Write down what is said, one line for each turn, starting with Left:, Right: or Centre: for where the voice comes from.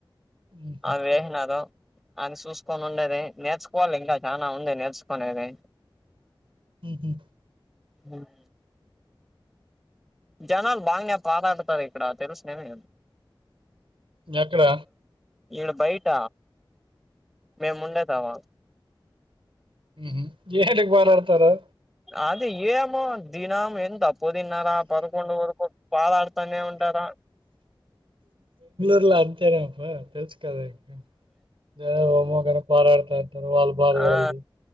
Right: ఉహు
Centre: అ వేసినారు ఆయన చూసుకొని ఉండేది నేర్చుకోవాలి ఇంకా చాల ఉంది నేర్చుకునేది
Right: ఊహు
Centre: ఉమ్ జనాలు బాగానే పారాడుతారు ఇక్కడ తెల్సునేమి
Right: ఎక్కడ
Centre: ఈడు బయట మేము ఉండేతామ
Right: ఉ హమ్ ఎంటికి పారాడతారు
Centre: అది ఏమో దినం ఎం తప్పు పొదిన్నారా పదకొండు వరకు పాదడుతానే ఉంటారా
Right: ఇ అంతేనాప్ప తెలుసు కదాదమ్మో కాని పోరాడుతాను <inaudible> వాళ్ళు బద
Centre: ఆ
Right: వాళ్లది